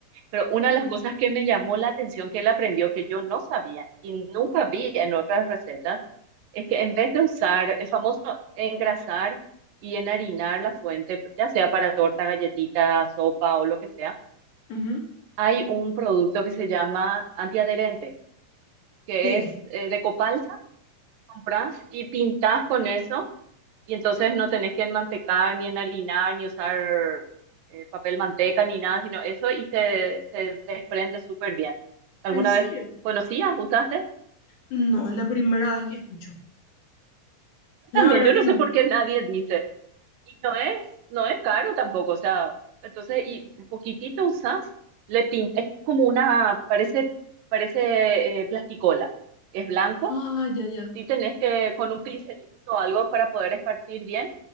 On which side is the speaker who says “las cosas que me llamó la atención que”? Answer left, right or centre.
Right